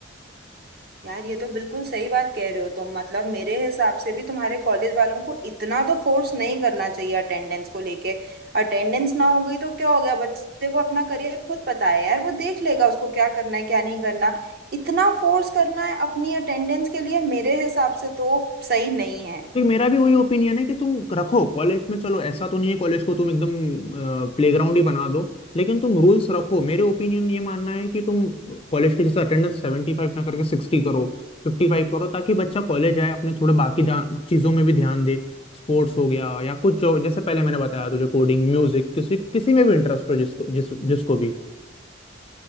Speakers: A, on the right; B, on the left.
A: यार ये तो बिल्कुल सही बात कह रहे हो तुम मतलब मेरे हिसाब से भी तुम्हारे कॉलेज वालों को इतना तो फोर्स नहीं करना चाहिए अटेंडेंस को लेके अटेंडेंस ना हो गई तो क्या हो गया बच्चे को अपना करियर खुद पता है यार वो देख लेगा उसको क्या करना है क्या नहीं करना इतना फोर्स करना है अपनी अटेंडेंस के लिए मेरे हिसाब से तो सही नहीं है
B: नहीं मेरा भी वही ओपिनियन है कि तुम रखो कॉलेज में चलो ऐसा तो नहीं है कॉलेज को तुम एकदम प्लेग्राउंड ही बना दो लेकिन तुम रूल्स रखो मेरे ओपिनियन ये मानना है कि तुम कॉलेज के जैसे अटेंडेंस सेवेंटी फाइव ना करके सिक्सटी करो फिफ्टी फाइव करो ताकि बच्चा कॉलेज आए अपने थोड़े बाकी धा- चीजों में भी ध्यान दे स्पोर्ट्स हो गया या कुछ जो जैसे पहले मैंने बताया तुझे कोडिंग म्यूजिक किसी किसी में भी इंटरेस्ट हो जिसको जिस जिसको भी